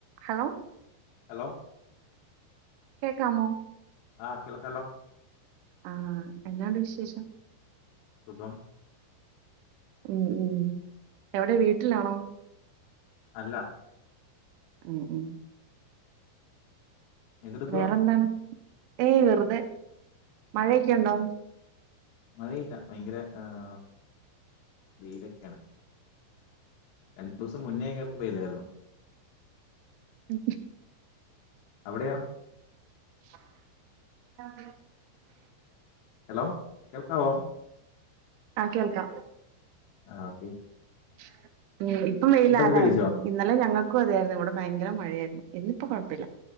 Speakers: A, on the right (about 80°); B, on the left (about 85°).
A: Hello
B: hello
A: കേക്കാമോ
B: ആ കേൾക്കാലോ
A: ആ എന്നാ ഉണ്ട് വിശേഷം
B: സുഖം
A: ഉം ഉം എവിടെ വീട്ടിലാണോ?
B: അല്ല
A: ഉം ഉം
B: എന്തെടുക്കുവാ
A: വേറെന്താണ് ഏയ് വെറുതെ മഴയൊക്കെ ഉണ്ടോ?
B: മഴയില്ല ഭയങ്കര ഏഹ് വെയിലൊക്കെയാണ് രണ്ടു ദിവസം മുന്നേ ഒക്കെ വെയിലാരുന്നു.
A: മ്മ്
B: അവിടെയോ
A: <unintelligible>
B: ഹലോ കേൾക്കാവോ
A: ആഹ കേൾക്കാം
B: ആ ഓക്കെ
A: <inaudible> <unintelligible> ഉ ഇപ്പം വെയിലാ
B: ഫുഡൊക്കെ
A: അല്ലെ
B: കഴിച്ചോ
A: ഇന്നലെ ഞങ്ങൾ പ അതായിരുന്നു ഇവിടെ ഭയങ്കര മഴയായിരുന്നു ഇന്ന് ഇപ്പോ കുഴപ്പമില്ല